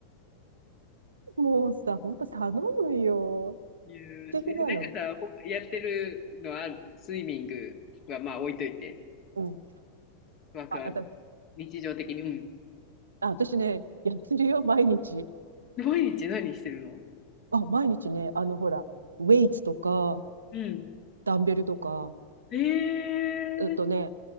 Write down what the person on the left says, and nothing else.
いやーえなんかさ、
ほやってるのはある、スイミングはまあ置いといて、
ワークアウト。
日常的に、うん。
毎日何してるの
うん。
えー、